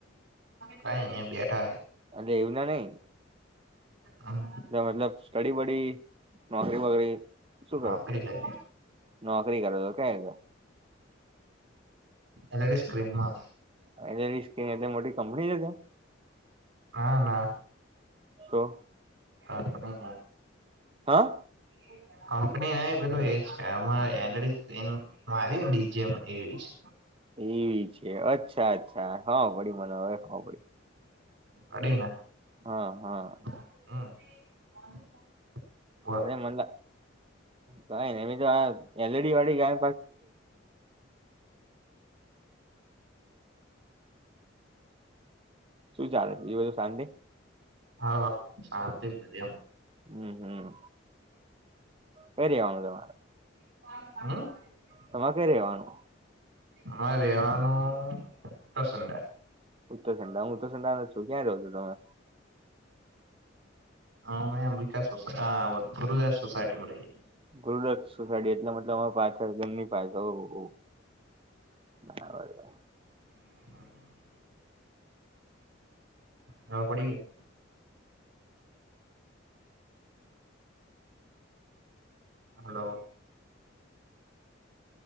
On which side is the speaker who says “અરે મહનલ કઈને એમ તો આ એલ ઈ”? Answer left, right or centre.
Right